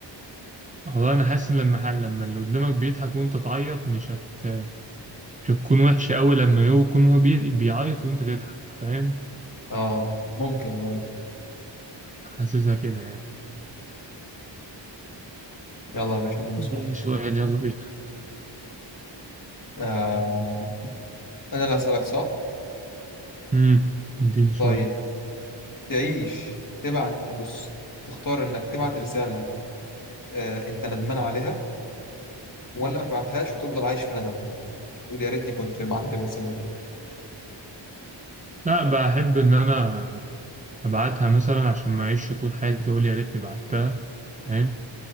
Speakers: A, on the right; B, on the left.
A: والله أنا حاسس إن لما حل لما اللي قدامك بيضحك وأنت تعيط مش هت مش هتكون وحشة أوي لما يو- يكون هو بي... بيعيط وأنت تضحك فاهم
B: آه ممكن برضه
A: حاسسها كده يعني
B: يلا يا باشا اديني
A: اديني
B: سؤال
A: سؤال يلا بينا
B: آه أنا اللي هسألك صح؟
A: امم اديني سؤال
B: طيب تعيش تبعت بص تختار إنك تبعت رسالة آه أنت ندمان عليها ولا ما تبعتهاش وتفضل عايش في ندم تقول يا ريتني كنت بعت الرسالة دي
A: لا بحب إن أنا أبعتها مثلا عشان ما أعيش طول حياتي أقول يا ريتني بعتها فاهم